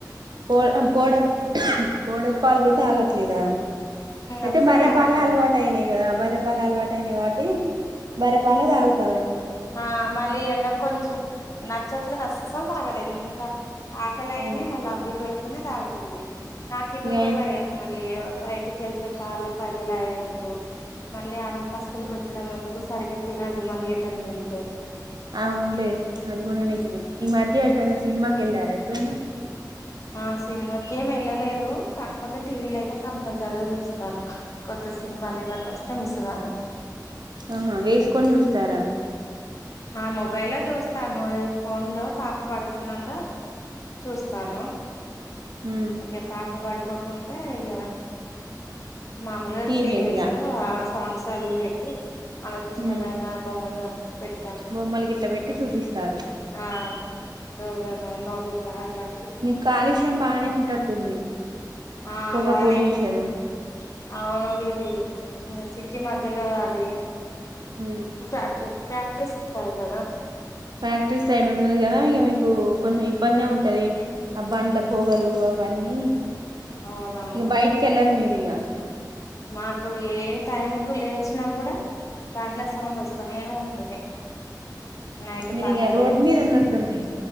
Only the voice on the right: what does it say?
పో పౌడర్ ఉహ్ పోడర్ పాలు కూడా తాగట్లేదా అయితే
బర్రె
పాలె అల్వాట్ అయినయి కదా బర్ పలాల్ గావటి బర్రె పాలే దావుత
ఉమ్
ఇగ
అవున్లేదు అది గూడ నిజమే ఈ మధ్య ఎటన్న సినిమా ఎళ్లార ఎప్పుడనా
ఆహా వేసుకొని చూస్తారా
ఉమ్
టీవీ
ఇగ
ఉమ్
బొమ్మలు గిట్లా పెట్టి చూపిస్తారు
మీకు కాలుష్యం బానే ఉంటట్టుంది
పొగ
పొల్యూషన్
ఉమ్
ఫ్యాక్టరీ సైడ్ ఉన్నది కదా ఇగ మీకు కొంచెం ఇబ్బంది ఉంటది ఆ బంల పొగలు అవన్నీ
ఇక బయట్కెల్లర్ మీరు గ
మీరు
ఇగ రోడ్ మీద ఉన్నట్టుంది